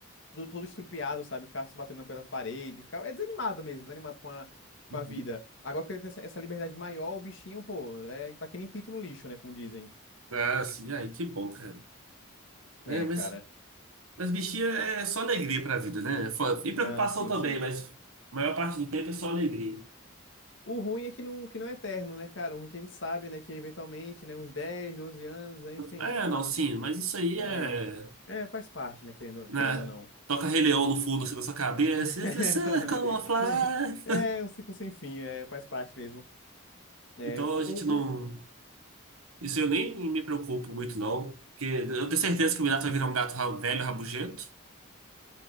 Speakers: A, on the left; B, on the right.
A: todo, todo estrupiado, sabe? Ficava se batendo pelas paredes, ficava é desanimado mesmo, desanimado com a, com
B: Uhum.
A: a vida. Agora que ele tem essa, essa liberdade maior, o bichinho, pô, é, tá que nem pito no lixo, né? Como dizem.
B: Ah, sim. Ai, que bom, cara.
A: É,
B: É, mas,
A: cara.
B: mas bichinha é só alegria pra vida, né? É foda. E preocupação
A: Não, sim,
B: também,
A: sim.
B: mas a maior parte do tempo é só alegria.
A: O ruim é que não, que não é eterno, né, cara? O ruim é que a gente sabe, né, que eventualmente, né, uns 10, 12 anos, né, enfim,
B: É, não, sim, mas isso aí
A: tá
B: é,
A: aí. É, faz parte, né, querendo,
B: né?
A: querendo ou não.
B: Toca Rei Leão no fundo, assim, na sua cabeça.
A: <laughs>
B: It's the circle
A: Tá.
B: of
A: Sim.
B: life.
A: É um ciclo sem fim, é, faz parte mesmo. É,
B: Então
A: um,
B: a gente não.
A: um-
B: Isso eu nem me preocupo muito, não. Porque eu tenho certeza que o gato vai virar um gato ra- velho, rabugento.